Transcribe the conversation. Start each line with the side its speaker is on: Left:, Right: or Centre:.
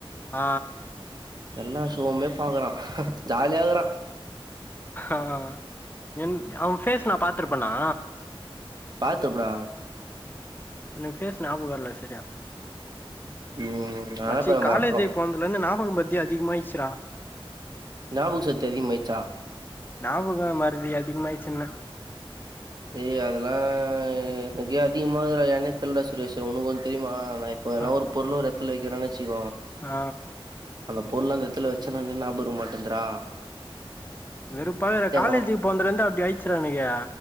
Left: ஆ
Right: எல்லா ஷோமே பாக்குறான் ஜாலியாகக்குறான்
Left: அ என் அவன் பேஃஸ் நா பாத்துருப்பேணா
Right: பாத்து ப்ரோ
Left: எனக்கு ஃபேஸ் ஞாபகம் இல்ல சரியா
Right: ம் அனுப்புற
Left: மச்சி
Right: ப்ரோ
Left: காலேஜு
Right: அப்றோ
Left: போனதுல இருந்து ஞாபக மறதி அதிகமாயிடுச்சுரா
Right: ஞாபக சத்தி அதிகமாயிடுச்சா
Left: ஞாபகம் மறதி அதிகமாயிருச்சுன்னே
Right: ஏய் அதெல்லாம் எனக்கே அதிகமா இருக்குதுடா ஏன்னே தெரியல டா சுரேஷ உனக்கு ஒண்ணு தெரியுமா நா இப்ப ஏதுனா
Left: ஆ
Right: ஒரு பொருள் ஒரு இடத்துல வக்கிறேன்னு வச்சுக்கோ
Left: ஆ
Right: அந்த பொருள் எந்த இடத்துல வச்சன்னா ஞாயபகம் இருக்க மாட்டேந்துரா
Left: வெறுப்பா இருக்குறா காலேஜுக்கு
Right: அம்மா
Left: போனதுல அப்படி ஆயிடுச்சுறா எனக்கு